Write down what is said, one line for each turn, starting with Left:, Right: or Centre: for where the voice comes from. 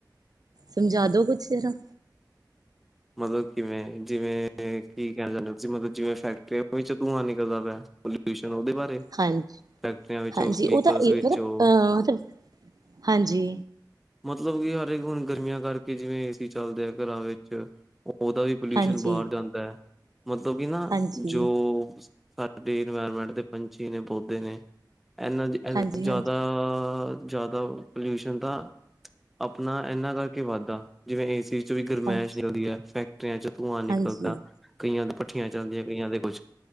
Right: ਸਮਜਾ ਦੋ ਕੁੱਛ ਜ਼ਰਾ।
Centre: ਮਤਲਬ ਕਿਵੇਂ ਜਿਵੇਂ ਕੀ ਕੈਨਾ ਚਾਨੇ ਓ ਤੁਸੀ ਮਤਲਬ ਜਿਵੇਂ ਫੈਕਟਰੀਆਂ ਵਿੱਚ ਧੂੰਆਂ ਨਿਕਲਦਾ ਪੇਆ ਪਲੁ <unintelligible> ਓਦੇ ਬਾਰੇ
Right: ਹਾਂਜੀ,
Centre: ਫੈਕਟਰੀਆਂ ਵਿੱਚੋਂ
Right: ਹਾਂਜੀ
Centre: ਵਹੀਕਲਸ
Right: ਓ ਤਾ ਏ
Centre: ਵਿੱਚੋਂ
Right: ਮਤਲਬ ਅ ਮਤਲਬ ਹਾਂਜੀ।
Centre: ਮਤਲਬ ਕਿ ਹਰੇਕ ਹੁਨ ਗਰਮੀਆਂ ਕਾਰਕੇ ਜਿਵੇਂ ਏਸੀ ਚੱਲਦੇ ਆ ਘਰਾਂ ਵੇਚ ਓਦਾ ਵੀ ਪੋਲਊਸ਼ਨ
Right: ਹਾਂਜੀ,
Centre: ਬਾਰ ਜਾਂਦਾ ਐ ਮਤਲਬ ਕਿ ਨਾ
Right: ਹਾਂਜੀ,
Centre: ਜੋ
Right: ਹਾਂਜੀ,
Centre: ਸਾਡੀ ਇਨਵਾਇਰਮੈਂਟ ਦੇ ਪੰਛੀ ਨੇ ਪੌਦੇ ਨੇ ਇਨਾ ਏਹਨਾ
Right: ਹਾਂਜੀ,
Centre: ਦ ਜ਼ਿਆਦਾ
Right: ਹਾਂਜੀ,
Centre: ਜਾਦਾ ਪੋਲਯੁਸ਼ਨ ਤਾ ਆਪਨਾ ਏਨਾ ਕਾਰਕੇ ਈ ਵਾੱਦਾ ਜਿਵੇਂ ਏਸੀ ਵੀ
Right: ਹਾਂਜੀ।
Centre: ਗਰਮੈਸ਼ ਨਿਕਲਦੀ ਫੈਕ ਚ ਕਈਆਂ ਚ ਧੂੰਆਂ ਨਿਕਲਦਾ,
Right: ਹਾਂਜੀ,
Centre: ਕਈਆਂ ਦੇ ਪੱਠੀਆਂ ਚਲਦੀਆਂ, ਕਈਆਂ ਦੇ ਕੋਛ